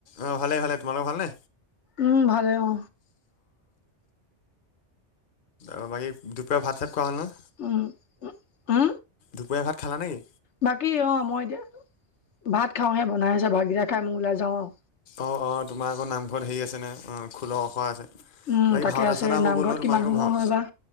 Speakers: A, on the left; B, on the left.
A: অ ভালে ভালে তোমালোক ভাল নে?
B: উম ভালে অ।
A: অ বাকী দুপৰীয়া ভাত চাট খুৱা হ'ল ন?
B: উ উ
A: দুপৰীয়া ভাত খালা নেকি?
B: বাকী অ মই এতিয়া ভাত খাওঁহে বনাই আছে, ভাতকেইটা খাই মই ওলাই যাওঁ আৰু।
A: অ অ তোমাৰ আকৌ নামঘৰত হেৰি আছেনে অঁ খোলা ওখ আছে।
B: উম
A: বাকী
B: তাকে
A: ভাওনা
B: আছে
A: চাওনা হৈ
B: নামঘৰত
A: গ'ল নহয় তোমালোকৰ
B: কিমান সময়
A: ভাও
B: হয় বা।